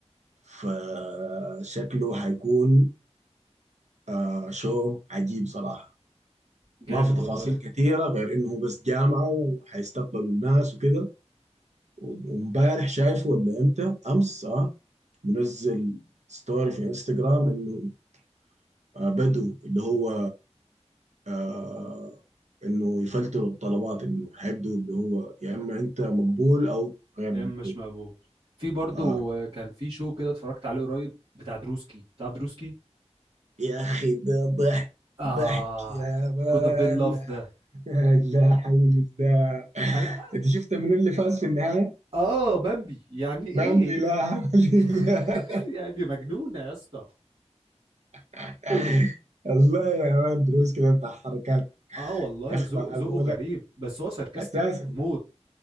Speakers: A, on the right; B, on the right.
A: فشكله حيكون آه، شو عجيب صراحه
B: جامد
A: ما في تفاصيل
B: والله
A: كثيره غير انه هو بس جامعه وحيستقبلوا الناس وكده وامبارح شايفه ولا امتى امس اه منزل ستوري في انستغرام انه آه، بدو اللي هو آه، انه يفلتروا الطلبات انه هيبدو اللي هو يا اما انت مقبول او غير
B: يا
A: مقبول
B: اما مش مقبول في برضو
A: اه
B: آه، كان في شو كده اتفرجت عليه قريب بتاع دروسكي بتاع دروسكي
A: يا اخي ده ضحك
B: اه
A: ضحك يا مان
B: كود بين لاف
A: لا
B: ده
A: <laughs> لا حول الله
B: انا
A: انت شفت من اللي فاز في النهايه
B: اه بامبي يعني ايه
A: بامبي لا حول
B: <laughs>
A: الله
B: يعني مجنونة يا اسطى
A: <laughs> الله يا مان دروس كده بتاع حركات
B: اه والله
A: يا اخي
B: ذوق
A: معقوله
B: ذوقه غريب بس هو ساركاستيك
A: اساسا
B: موت